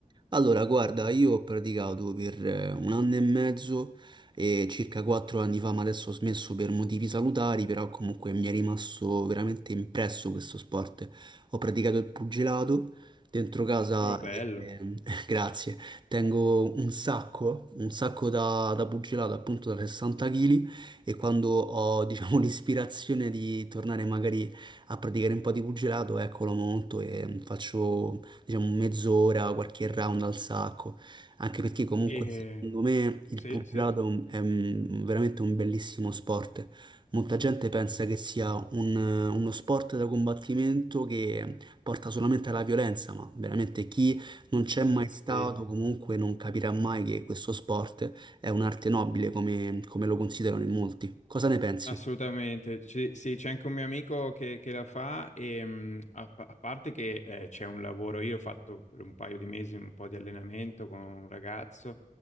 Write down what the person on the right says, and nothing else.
Allora, guarda, io ho praticato per eh, un anno e mezzo e circa quattro anni fa, ma adesso ho smesso per motivi salutari, però comunque mi è rimasto veramente impresso questo sport. Ho praticato il pugilato dentro casa,
eh, <laughs> grazie, tengo un sacco, un sacco da, da pugilato, appunto da 60 kg e quando ho, diciamo, <laughs> l'ispirazione di tornare magari a praticare un po' di pugilato, ecco, lo monto e faccio diciamo mezz'ora, qualche round al sacco, anche perché comunque
secondo me il
pugilato
è un- è un- veramente un bellissimo sport. Molta gente pensa che sia un- uno sport da combattimento che porta solamente alla violenza, ma veramente chi non c'è mai
stato
comunque non capirà mai che questo sport è un'arte nobile come, come lo considerano in molti. Cosa ne pensi?